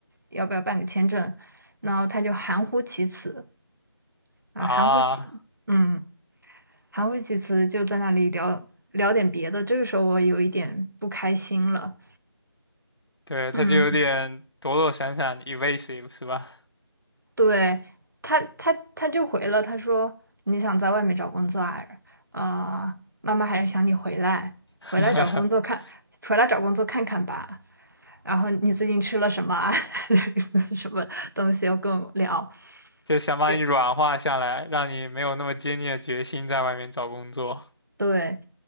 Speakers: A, on the right (about 50°); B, on the left (about 70°).
A: 要不要办个签证，然后她就含糊其辞。啊，
B: 啊，
A: 含糊其嗯，含糊其辞，就在那里聊聊点别的。这个时候我有一点不开心了。
B: 对，他就有点躲躲闪闪，evasive
A: 嗯，
B: 是吧？
A: 对，他他他就回了，他说你想在外面找工作啊？呃，妈妈还是想你回来，
B: <laughs>
A: 回来找工作看，回来找工作看看吧。然后你最近吃了什么啊？<laughs> 什么东西要跟我聊？
B: 就想把你软化下来，
A: 结
B: 让你没有那么坚定的决心在外面找工作，
A: 对，